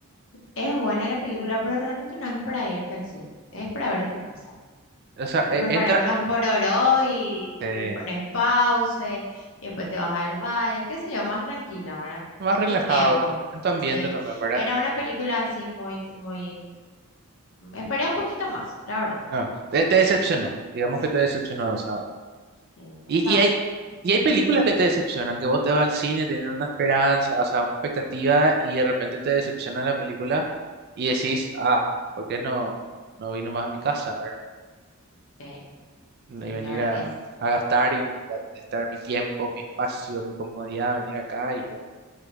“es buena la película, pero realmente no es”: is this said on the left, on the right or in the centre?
Left